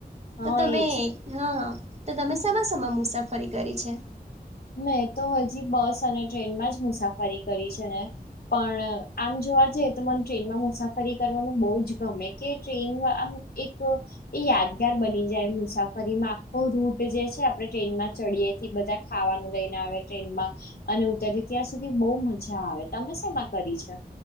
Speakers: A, on the left; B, on the right.
A: હા
B: તો તમે
A: એજ
B: હા તો તમે સમાસામા મુસાફરી કરી છે.
A: મેં તો હજી બસ અને ટ્રેનમાં જ મુસાફરી કરી છે ને પણ આમ જોવા જઈએ તો મને ટ્રેનમાં મુસાફરી કરવાનું બઉુ જ ગમે કે ટ્રેન આમ- એક એ યાદગાર બની જાય મુસાફરીમાં આખો રૂટ જે છે આપણે ટ્રેનમાં ચડીએથી બધા ખાવાનું લઈને આવે ટ્રેનમાં અને ઉતરી ત્યાં સુધી બહુ મજા આવે તમે શમાં કરી છે.